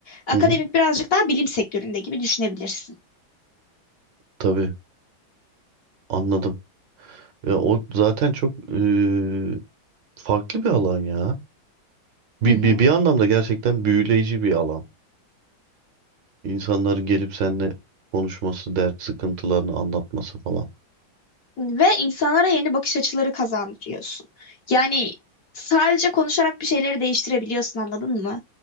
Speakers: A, on the left; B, on the right.
A: Akademik
B: hı hı,
A: birazcık daha bilim sektöründe gibi düşünebilirsin.
B: tabii anladım. Ya o zaten çok e, farklı bir alan ya. Bir,
A: Hı hı.
B: bir, bir anlamda gerçekten büyüleyici bir alan. İnsanların gelip seninle konuşması, dert sıkıntılarını anlatması falan.
A: Ve insanlara yeni bakış açıları kazandırıyorsun. Yani sadece konuşarak bir şeyleri değiştirebiliyorsun, anladın mı?